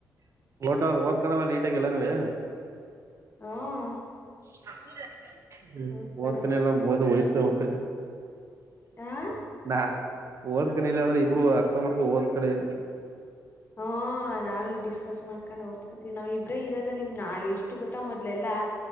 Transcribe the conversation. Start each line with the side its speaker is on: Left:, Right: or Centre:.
Right: ಓಟ ಓದಕೊಂಡಲ್ಲ ನೀಟಾಗಿಲ್ಲ ನವೆ
Left: ಹ್ಮ್
Right: ಸದ ಹ್ಮ
Left: ಹೋಗ್ತಾಳೆ
Right: ಓದ್ಕನ ಎಲ್ಲ ಓದು
Left: ಹ್ಮ್
Right: ಹಯ್ತ ಹೋಗ
Left: ಆ
Right: ನಾ ಓದ್ಕನ ಇಿಲ್ಲ ಆದ್ರೆ ಇಬ್ರು ಅರ್ಥ ಮಾಡ್ಕ ಓದ್ಕಳ ಅಲ್
Left: ಹಾ ನಾವವು ಡಿಸ್ಕಸ್ ಮಾಡ್ಕೊಂಡ್ ಓದ್ಕತಿೀವಿ ನಾವ್ ಇಬ್ರೇ ಇರೋದ ನಿಮ್ಾ ಎಷ್ಟು ಎಷ್ಟು ಗೊತ್ತ ಮೊದ್ಲೆಲ್ಲಾ